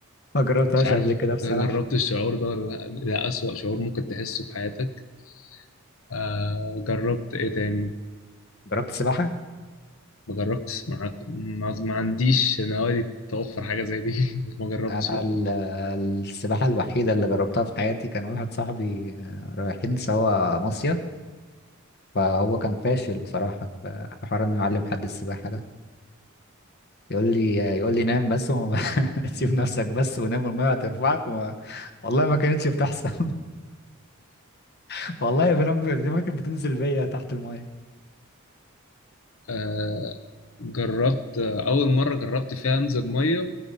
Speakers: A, on the left; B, on the left.
A: ما جربتهاش
B: مش عارف
A: قبل كده بصراحة
B: جربت الشعور ده ولا لأ؟ ده أسوأ شعور ممكن تحسه في حياتك آه جربت إيه تاني
A: جربت سباحة
B: ما جربتش ما ما ما عنديش نوادي توفر حاجة زي دي <laughs> ما جربتش
A: انا
B: لأ
A: ال- السباحة الوحيدة اللي جربتها في حياتي كان واحد صاحبي آه، رايحين سوا مصيف فهو كان فاشل بصراحة في في حوار انه يعلم حد السباحة ده يقول لي يقول لي نام بس وما <laughs> سيب نفسك بس ونام والميه هترفعك وما... <laughs> والله ما كانتش بتحصل <laughs> والله بنام دماغي كانت بتنزل بيا تحت الميه
B: آه جربت آه، أول مرة جربت فيها أنزل مية